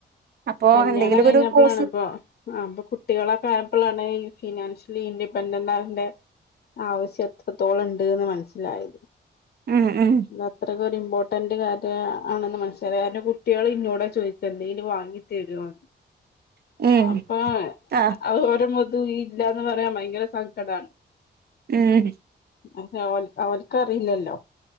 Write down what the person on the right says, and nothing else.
അപ്പൊ
എന്തെങ്കിലും
ഒരു കോഴ്സ്
മ്മ് മ്മ്
ഉം
ആഹ്
മ്മ്